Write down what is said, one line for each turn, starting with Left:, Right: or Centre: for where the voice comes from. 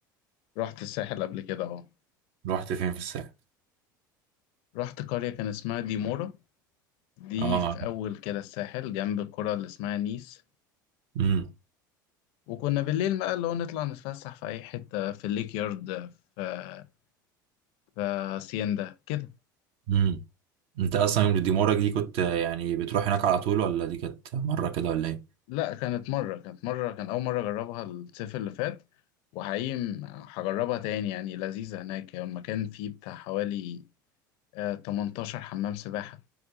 Left: رحت الساحل قبل كده أهو
Right: رحت فين في الساحل؟
Left: رحت قرية كان اسمها ديمورا دي
Right: اه
Left: في
Right: عارف
Left: أول كده الساحل جنب القرى اللي اسمها نيس
Right: امم
Left: وكنا بالليل بقى اللي هو نطلع نتفسح في أي حتة في الليك يارد في في هاسيندا كده
Right: امم انت اصلا يوم ديمورك دي كنت آه، يعني بتروح هناك على طول ولا دي كانت مرة كده ولا ايه؟
Left: لا كانت مرة كانت مرة كان أول مرة أجربها الصيف اللي فات وحقيقي م- هجربها تاني يعني لذيذة هناك هي المكان فيه بتاع حوالي آه، 18 حمام سباحة